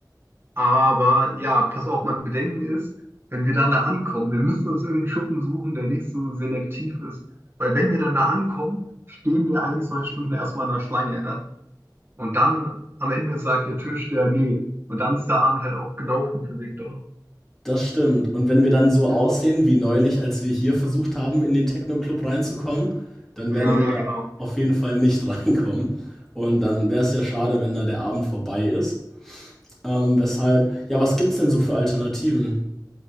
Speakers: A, on the right; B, in the centre.
A: Aber ja, pass auf, mein Bedenken ist, wenn wir dann da ankommen, wir müssen uns irgendeinen Schuppen suchen, der nicht so selektiv ist. Weil wenn wir dann da ankommen, stehen wir ein, zwei Stunden erstmal in der Schlange. Ja? Und dann am Ende sagt der Türsteher, nee. Und dann ist der Abend halt auch gelaufen für Viktor.
B: Das stimmt. Und wenn wir dann so aussehen
A: Das-
B: wie neulich, als wir hier versucht haben, in den Techno-Club reinzukommen, dann
A: Ja,
B: werden wir
A: ja,
B: da
A: genau.
B: auf jeden Fall nicht <laughs> reinkommen. Und dann wäre es ja schade, wenn da der Abend vorbei ist. Ähm, weshalb, ja, was gibt's denn so für Alternativen?